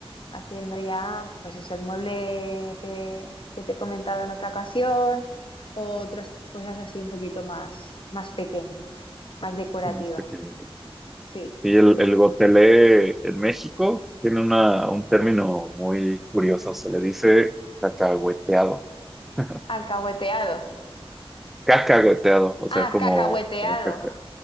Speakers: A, on the left; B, in the centre.
A: haciendo ya, pues eso, el mueble que, que te he comentado en otra ocasión, o otras cosas así un poquito más, más pequeñas, más decorativas.
B: Unos pequeñitos.
A: Sí.
B: Y el, el gotelé en México tiene una, un término muy curioso, se le dice cacahueteado. <laughs>
A: Alcahueteado.
B: Cascagoteado, o
A: Ah,
B: sea, como,
A: cacahueteado.
B: como caca.